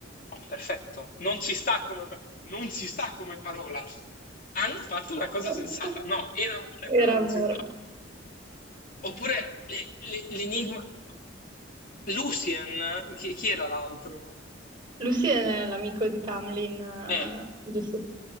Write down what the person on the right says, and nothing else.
<laughs>
Era
amore.
Lucy è l'amico di Tamlin, eh,
giusto?